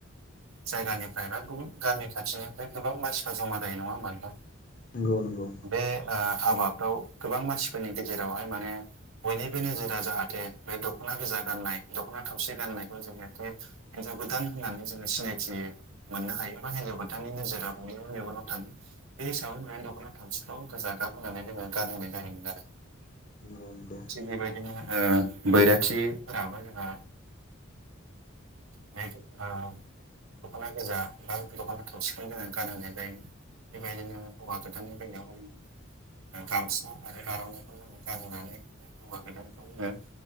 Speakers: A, on the right; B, on the left.
A: जायगानिफ्राय बा गुबुन गामि खाथिनिफ्राय गोबां मानसिफ्रा जमा जायो नङा होमबा नोंथां?
B: नंगौ नंगौ
A: बे ओ हाबाफ्राव गोबां मानसिफोरनि गेजेरावहाय माने बयनिबो नोजोरा जाहाथे बे दख'ना गोजा गाननाय दख'ना थावसि गाननायखौ जेहाथे हिनजाव गोदान होननानै जोङो सिनायथियो। मोननो हायो बा हिनजाव गोदाननि नोजोरा बयनिबो मेगनाव थाङो बे हिसाबै माने दख'ना थामसिखौ गोजा गाब होनानै जोङो गानहोनाय जायोमोन आरो।
B: <unintelligible>
A: थिग बेबायदिनो ओ बैराथिफोराबो जोंहा <unintelligible> <unintelligible> दख'ना गोजा बा दख'ना थावसिखौनो जोङो गानहोनाय जायो। बेबायदिनो हौवा गोदाननि बेलायावबो‌ गामसा आरो आर'नाइखौ जोङो गानहोनानै हौवा गोदानखौ जोङो